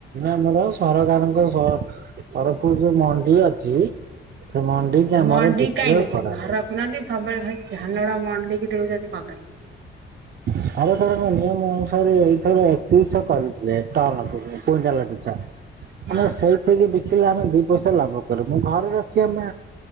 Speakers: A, on the right; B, on the right.
A: ଆମର ସରକାରଙ୍କ ସହ, ତରଫରୁ ଯୋଉ' ମଣ୍ଡି ଅଛି ସେ ମଣ୍ଡି କି ଆମର,
B: ମଣ୍ଡି
A: ବିକ୍ରିୟ
B: କାଇଁ ଦଉଛନ୍ତି
A: କରା
B: ଘରେ
A: ଯାଏ।
B: ରଖୁନାହାନ୍ତି ସବୁବେଳେ ଭାଇ ଧାନଟା ମଣ୍ଡକି ଦେଉଛନ୍ତି କଣ, ପାଇଁ?
A: ସରକାରଙ୍କ ନିୟମ ଅନୁସାରେ, ଏଇଥର ଦୁଇ ଶହ କରିଥିଲେ ଟନ୍ କୁଣ୍ଟାଲ ପିଛା।
B: ହଁ
A: ଆମେ ସେଇଠିକି ବିକିଲେ, ଆମେ ଦି ପଇସା ଲାଭ କରିବୁ। ମୁଁ ଘରେ ରଖି ଆମେ